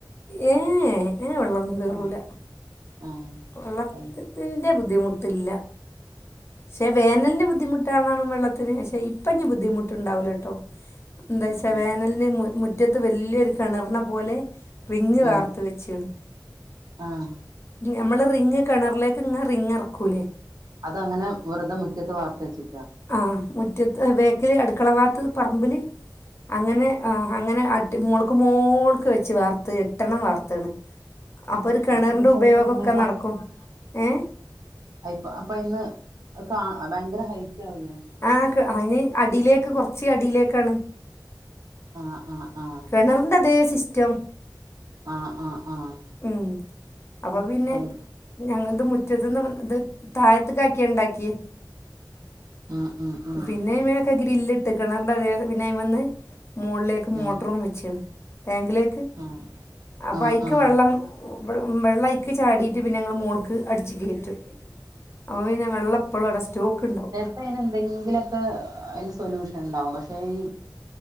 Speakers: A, on the left; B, on the right.
A: ഏഹ് ഏ വെള്ളൊന്നു കേറൂല
B: ആഹ് ആഹ്
A: വെള്ളത്തത്തിന്റെ
B: അയ്
A: ബുദ്ധിമുട്ടില്ല ഷെ വേനൽന് ബുദ്ധിമുട്ടാണോണ വെള്ളത്തിന് ഷെ ഇപ്പനിബുദ്ധിമുട്ടുണ്ടാവുലട്ടോ എന്താവെച്ചാ
B: ആഹ്
A: വേനലിന്
B: ആഹ്
A: മു മുറ്റത്ത് വെല്യയൊരു കിണർനെപോലെ റിങ്ങ് വാർത്ത്
B: ഉം
A: വെച്ചാണ്
B: ആഹ്
A: ഞമ്മള് റിങ്ങ് കിണറിലേക്ക് ഇങ്ങനെ റിങ്ങിറക്കൂലേ
B: അതങ്ങന വെറുതെ മുറ്റത്ത് വാർത്തെച്ചിക്കാ
A: ആഹ് മുറ്റത്ത് ബേക്കില് അടുക്കളഭാത്ത് പറമ്പില് അങ്ങനെ ആഹ് അങ്ങനെ അട്ടി മോൾക്ക് മോൾക്ക് വെച്ച് വാർത്ത് എട്ടെണ്ണം വാർത്തിണ് അപ്പൊരു
B: ആഹ്
A: കെണർന്റെ
B: അപ്പൊ ഇങ്ങക്കതൊക്കെ
A: ഉപയോഗൊക്കെ
B: എങ്ങനെ
A: നടക്കും ഏ
B: അയിപ്പ അപ്പൊയിന്ന് കാ ഭയങ്കര ഹൈറ്റാവൂലേ
A: ആഹ് കെ അയിന് അടീലേക്ക് കൊറച്ച് അടീലേക്കാണ്
B: ആഹ് ആഹ് ആഹ്
A: കെണർൻ്റതേ സിസ്റ്റം
B: ആഹ് ആഹ് ആഹ്
A: ഉംഹ് അപ്പൊപിന്നെ
B: അത്
A: ഞങ്ങളത് മുറ്റത്ത്ന്ന് ഇത് താഴത്ത്കാക്കിയാ ഇണ്ടാക്കിയേ
B: ഉം ഉം ഉം
A: പിന്നെ വേ ക്കെ ഗ്രില്ല് ഇട്ടക്കണണ്ട് അ പിന്നെ അയിമന്ന് മോൾലേക്ക് മോട്ടറും
B: ഉം
A: വെച്ച്ണ് ടാങ്കിലേക്ക്
B: ആഹ്
A: അപ്പയി
B: ആഹ്
A: പ്പം വെള്ളം അയിക്ക് ചാടിട്ട് പിന്നെ ഞങ്ങൾ മോൾക്ക് അടിച്ചു കേറ്റും അപ്പപിന്നെ വെള്ളെപ്പോഴും അവിടെ സ്റ്റോക്ക്ണ്ടാവും
B: പ്പയിനെന്തെങ്കിലൊക്കെ അയിന് സൊല്യൂഷണ്ടാവും പക്ഷെ ഈ